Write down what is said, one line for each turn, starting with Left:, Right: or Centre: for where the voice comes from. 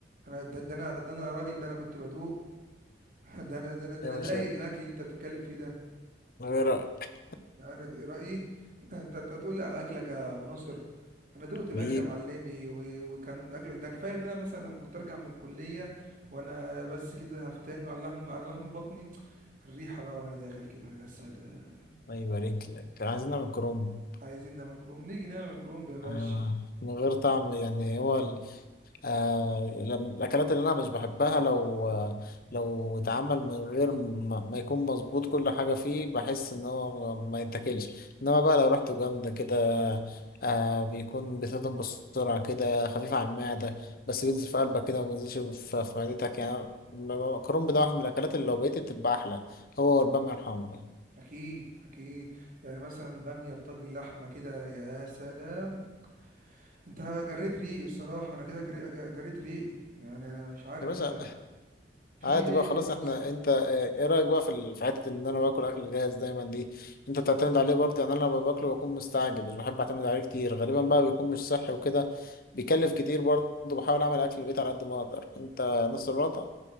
Right: انا ده, ده انا ده انا راجل ده انا كنت بدوق <laughs> ده انا ده انا ده
Left: يا
Right: انا
Left: باشا
Right: ضايق الاكل اللي انت بتتكلم فيه ده
Left: من غير رايك
Right: يعني ده رأيي <laughs> انت انت هتقول لي على اكلك يا ابو ناصر انا دقت
Left: حبيب
Right: الاكل يا معلمي و... وكان اكل ده كفايه ان انا مثلا لما كنت ارجع من الكليه وانا بس كده هفتان على لحم على لحم بطني الريحه بقى وانا داخل كده يا سلام
Left: ما يبارك لك كان
Right: سلام.
Left: عايزين نعمل كروم
Right: عايزين نعمل كروم نيجي نعمل كرومب يا باشا
Left: آه من غير طعم يعني هو آه من الأكلات اللي أنا مش بحبها لو آه لو اتعمل من غير ما, ما يكون مظبوط كل حاجة فيه بحس إن هو ما ما يتاكلش إنما بقى لو ريحته جامدة كده آه بيكون بتهضم بسرعة كده خفيف على المعدة بس بينزل في قلبك كده ما بينزلش في, في معدتك يعني م- م- الكرنب ده واحد من الأكلات اللي لو بقيت تبقى أحلى هو والبامية الحمرا
Right: اكيد اكيد يعني مثلا باميه بطاجن لحمه كده يا سلام انت جريت ريقي الصراحه انا كده جري... جريت ريقي يعني انا مش عارف
Left: يا باشا
Right: انت في
Left: عادي
Right: ايه
Left: بقى
Right: يا
Left: خلاص
Right: ابو ناصر
Left: احنا انت اه، ايه رايك بقى في ال- في حته ان انا باكل اكل جاهز دايما دي انت تعتمد عليه برضه يعني انا لما باكله بكون مستعجل مش بحب اعتمد عليه كتير غالبا بقى بيكون مش صحي وكده بيكلف كتير برضه بحاول اعمل اكل البيت على قد ما اقدر انت نص الوضع